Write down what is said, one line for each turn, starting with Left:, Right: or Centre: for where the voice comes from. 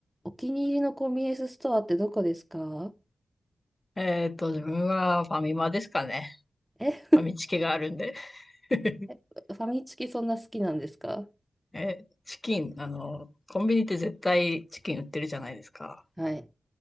Centre: お気に入りのコンビニエンスストアってどこですか
Left: えっと、自分はファミマですかね。
Centre: え、
Left: ファミチキがあるんで。<laughs>
Centre: <laughs> ファミチキそんな好きなんですか
Left: え、チキン、あの、コンビニって絶対チキン売ってるじゃないですか。
Centre: はい。